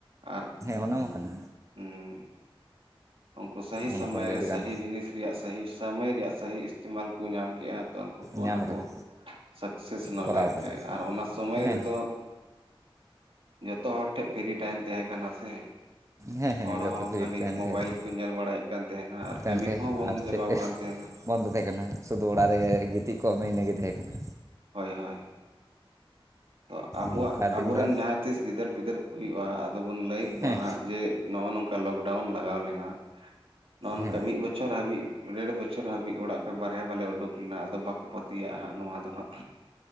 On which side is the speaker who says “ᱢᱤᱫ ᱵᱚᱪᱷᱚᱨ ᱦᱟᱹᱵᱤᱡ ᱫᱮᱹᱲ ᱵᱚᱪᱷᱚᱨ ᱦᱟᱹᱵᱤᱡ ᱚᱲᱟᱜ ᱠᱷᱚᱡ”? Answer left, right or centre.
Right